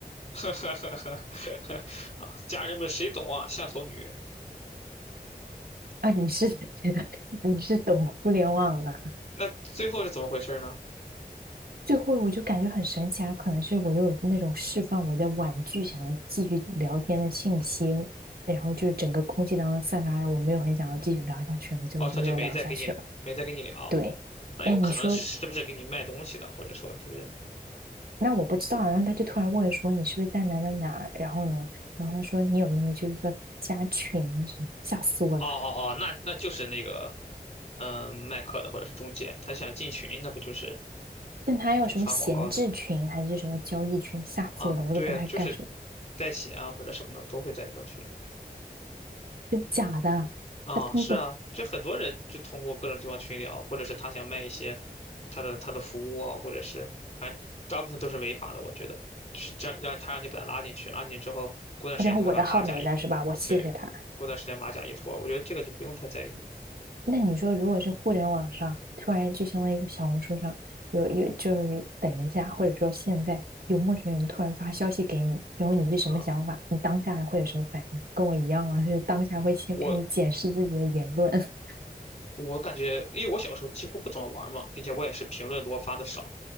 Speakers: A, on the left (about 45°); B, on the right (about 70°).
A: <laughs> 啊，家人们谁懂啊？下头女。
B: 啊。你是 <laughs> 你是懂互联网的。
A: 那最后是怎么回事呢？
B: 最后我就感觉很神奇啊，可能是我又有那种释放我在婉拒想要继续聊天的信息，然后就整个空气当中散发，我没有很想要继续聊下去了，最后就没有聊下去了。
A: 哦，他就没再跟你没再跟你聊，
B: 对，
A: 那有可能是不是给你卖东西的，
B: 哎，你说，
A: 或者说就是
B: 那我不知道啊然后他就突然问说你是不是在哪哪哪，然后呢，然后他说你有没有就是说加群什么，吓死我了。
A: 哦哦哦，那那就是那个嗯卖课的或者是中介，他想进群，那不就是
B: 但他要什么闲置群还是什么交易群，
A: 发广告的
B: 吓死我了，
A: 啊？
B: 我都不知道他干什么，
A: 对啊，就是代写啊或者什么的都会在那种群
B: 真假的啊，
A: 啊，
B: 他通过，
A: 是啊，就很多人就通过各种地方群聊，或者是他想卖一些他的他的服务啊，或者是反正大部分都是违法的，我觉得。就是这样，让他让你把他拉进去，拉进去之后，过段时间他会把马甲
B: 然后我的号没了是吧？我谢谢他。
A: 对，过段时间马甲一脱，我觉得这个就不用太在意
B: 那你说，如果是互联网上突然就相当于小红书上有有，就是等一下，或者说现在有陌生人突然发消息给你，然后你是什么想法？
A: 啊。
B: 你当下会有什么反应？跟我一样啊，是当下会先开始检视自己的言论。
A: 我
B: <laughs>
A: 我感觉，因为我小时候几乎不怎么玩嘛，并且我也是评论多发的少，